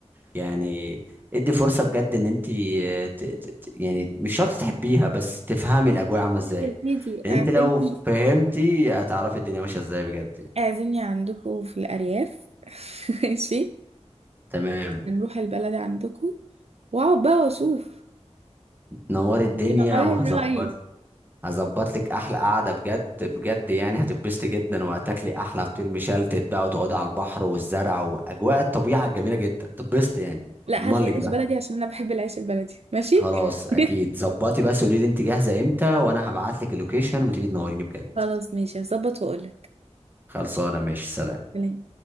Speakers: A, on the right; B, on the right.
A: يعني ادي فرصه بجد ان انت آه، ت- ت- ت- يعني مش شرط تحبيها بس تفهمي الاجواء عامله ازاي
B: يا سيدي
A: لان
B: اعزمني
A: انت لو فهمتي هتعرفي الدنيا ماشيه ازاي بجد
B: اعزمني عندكم في الأرياف <laughs> ماشي
A: تمام
B: نروح البلد عندكم واقعد بقى واشوف
A: تنور الدنيا
B: يمكن اغير
A: وهظبط
B: رأيي
A: هظبط لك احلى قعده بجد بجد يعني هتتبسطي جدا وهتاكلي احلى فطير مشلتت بقى وتقعدي على البحر والزرع واجواء الطبيعه الجميله جدا هتتبسطي يعني
B: لا
A: اضمن
B: هات لي
A: لك
B: عيش
A: ده
B: بلدي عشان انا بحب العيش البلدي ماشي
A: خلاص اكيد
B: <laughs>
A: ظبطي بس قولي لي انت جاهزه امتى وانا هبعت لك اللوكيشن وتيجي تنوريني بجد
B: خلاص ماشي هظبط واقول
A: خلصانه ماشي سلام
B: لك